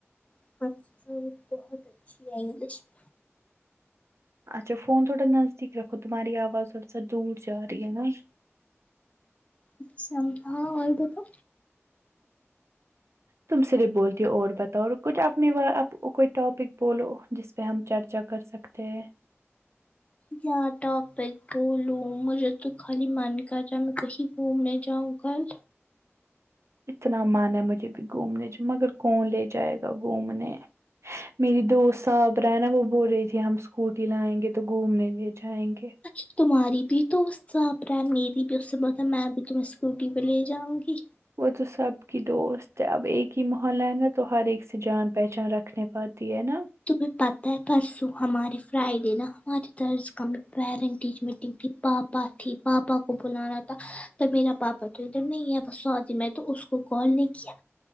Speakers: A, on the left (about 30°); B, on the right (about 70°).
A: <unintelligible>
B: اچھا فون تھوڑا نزدیک رکھو تمہاری آواز تھوڑا سا دور جا رہی ہے نا
A: اچھا ہاں اور بولو
B: تم صرف بولتی ہو اور بتاؤ کچھ اپنے بارے پ کوئی ٹاپک بولو جس پہ ہم چرچا کر سکتے ہیں
A: کیا ٹاپک بولوں مجھے تو خالی من کر رہا ہے میں کہیں گھومنے جاؤں گل
B: اتنا من ہے مجھے بھی گھومنے چ مگر کون لے جائے گا گھومنے میری دوست صاحب رہا نا وہ بول رہی تھی ہم اسکوٹی لائیں گے تو گھومنے لے جائیں گے
A: اچھا تمہاری بھی <unintelligible> میری بھی اس سے بت ہے میں بھی تمہیں اسکوٹی پہ لے جاؤں گی
B: وہ تو سب کی دوست ہے اب ایک ہی محلہ ہے نا تو ہر ایک سے جان پہچان رکھ نہیں پاتی ہے نا
A: تمہیں پتہ ہے پرسوں ہمارے فرائیڈے نا ہماراری طرز ک پیرنٹ ٹیچ میٹنگ کی پاپا تھی پاپا کو بلانا تھا تب میرا پاپا تو ادھر نہیں ہے بس سودی میں تو اس کو کال نہیں کیا